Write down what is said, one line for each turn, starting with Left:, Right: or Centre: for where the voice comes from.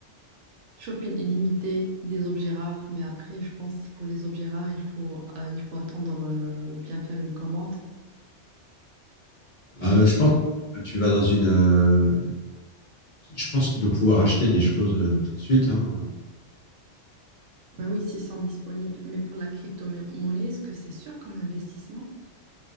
Right: Shopping illimité, des objets rares, mais après, je pense pour les objets rares, il faut, euh, il faut attendre euh, ou bien faire une commande.
Left: Bah,
Right: Mais,
Left: euh, je pense que tu vas dans une, euh, je pense que tu dois pouvoir acheter des choses euh, tout de suite, hein.
Right: mais oui, s'ils sont disponibles. Mais pour la crypto-monnaie, est-ce que c'est sûr comme investissement?